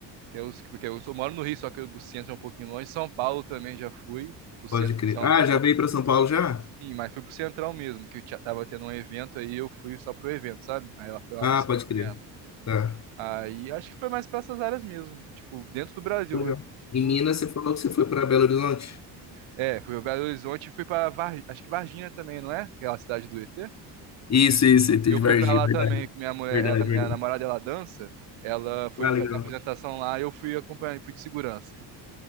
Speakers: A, on the right; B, on the left.
A: que é os, porque eu sou, moro no Rio, só que o centro é um pouquinho longe. São Paulo também já fui. O
B: Pode
A: centro
B: crer.
A: de São
B: Ah,
A: Paulo.
B: já veio pra São Paulo já?
A: Sim, mas fui pro Central mesmo, que tinha- tava tendo um evento aí, eu fui só pro evento, sabe? Aí ela foi lá
B: Ah,
A: no centro
B: pode crer.
A: mesmo.
B: Tá.
A: Aí acho que foi mais pra essas áreas mesmo. Tipo, dentro do Brasil.
B: Legal.
A: Eu, tipo,
B: Em
A: não-
B: Minas você falou que você foi pra Belo Horizonte?
A: É, fui pra Belo Horizonte e fui pra Var... acho que Varginha também, não é? Aquela cidade do ET.
B: Isso, isso, tem
A: Eu
B: de
A: fui
B: Varginha,
A: pra lá
B: verdade,
A: também, que minha mulher,
B: verdade,
A: a minha
B: verdade.
A: namorada, ela dança. Ela foi
B: Ah,
A: fazer
B: legal.
A: a apresentação lá e eu fui acompanhar, fui de segurança.